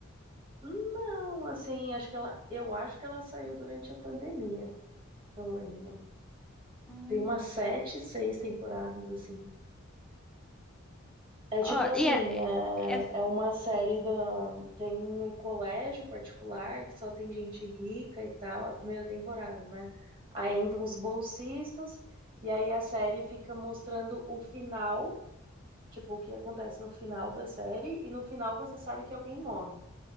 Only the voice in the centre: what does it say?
Hum,
ó,
e é, é- é-